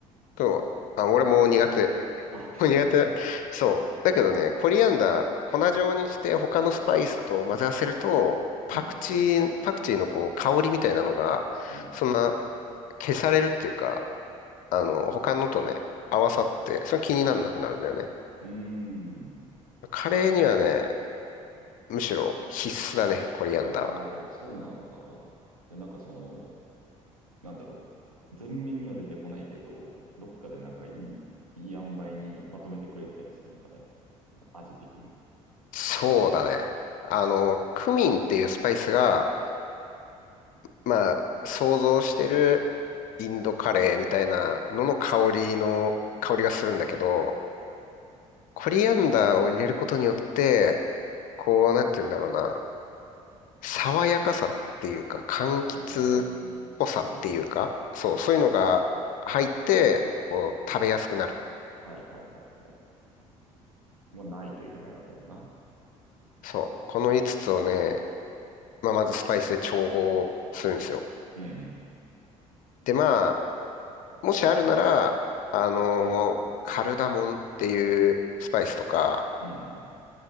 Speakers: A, on the left; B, on the right.
A: でも、あ、俺も苦手。<laughs>
B: あ、<laughs>
A: 苦手。そう。だけどね、コリアンダー、粉状にして他のスパイスと混ぜ合わせると、パクチー、
B: うん。
A: パクチーのこう香りみたいなのが、
B: うん。
A: そんな消されるっていうか、あの、他のとね、合わさって、それ気にならなくなるんだよね。
B: うーん
A: カレーにはね、むしろ必須だね、コリアンダーは。
B: ああそうなんだ。じゃあなんかその、なんだろう。全面には出てこないけど、どっかでなんかいい、いい塩梅にまとめてくれてたりするのかね。味的に。
A: そうだね。あの、クミンっていうスパイスが、まあ、想像してるインドカレーみたいなのの香りの、香りがするんだけど、コリアンダーを入れることによって、こう、なんて言うんだろうな、爽やかさっていうか、柑橘っぽさっていうか、
B: ああ、なるほど。
A: そう、そういうのが入って、こう、食べやすくなる。
B: はいはいはいはい。まあ、ないといけないわけだな。
A: そう、この5つつをね、まあ、まずスパイスで調合するんですよ。
B: うん
A: で、まあ、もしあるなら、あのーカルダモンっていうスパイスとか、
B: うん。うんうん。